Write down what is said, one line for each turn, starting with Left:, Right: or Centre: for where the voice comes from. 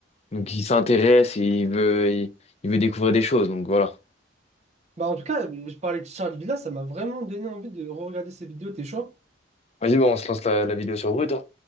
Left: donc il s'intéresse et il veut, il, il veut découvrir des choses, donc voilà.
Right: Bah, en tout cas, je parlais de Charles Villa, ça m'a vraiment donné envie de re-regarder ses vidéos. T'es chaud?
Left: Vas-y, bon, on se lance la, la vidéo sur Brut, hein.